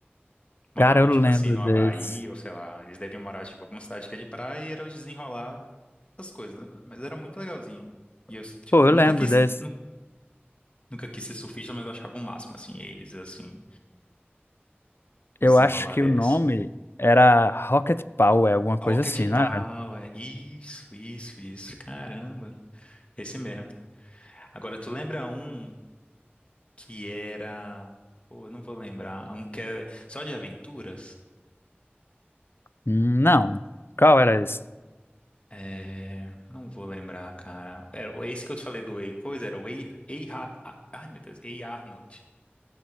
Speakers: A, on the left (about 30°); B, on the left (about 70°).
A: Moravam,
B: cara, eu lembro
A: tipo assim, no
B: desse.
A: Havaí, ou sei lá. Eles deviam morar, tipo, alguma cidade que é de praia e era os desenrolar essas coisas. né? Mas era muito legalzinho. E eu, tipo,
B: Pô,
A: eu
B: eu
A: nunca
B: lembro
A: quis,
B: desse.
A: nu- nunca quis ser surfista, mas eu achava o máximo, assim, eles, assim, o
B: Eu
A: desenrolar
B: acho que
A: deles.
B: o nome era Rocket Power, alguma coisa
A: Rocket
B: assim, não
A: Power,
B: era?
A: isso, isso, isso. Caramba, esse mesmo. Agora, tu lembra um que era. Pô, eu não vou lembrar. Um que é só de aventuras?
B: Hum, Não. Qual era esse?
A: É, não vou lembrar, cara. Era, esse que eu te falei do Ei Coisa era o Ei, Ei Ra- A- Ai, meu Deus, Ei Arnold,